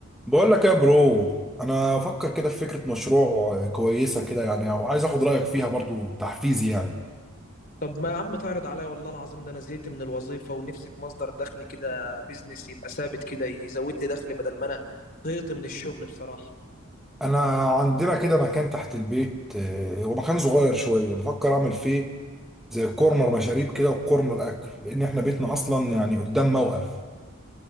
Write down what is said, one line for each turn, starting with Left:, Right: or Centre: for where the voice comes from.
Centre: بقول لك إيه يا برو انا افكر كده في فكره مشروع كويسه كده يعني وعايز اخد رايك فيها برضو تحفيزي يعني
Left: طب ما يا عم تعرض عليا والله العظيم ده انا زهقت من الوظيفه ونفسي في مصدر دخل كده بيزنس يبقى ثابت كده يزود لي دخل بدل ما انا طهقت من الشغل بصراحه
Centre: انا عندنا كده مكان تحت البيت آه، هو مكان صغير شويه بفكر اعمل فيه زي كورنر مشاريب كده وكورنر اكل لان احنا بيتنا اصلا يعني قدام موقف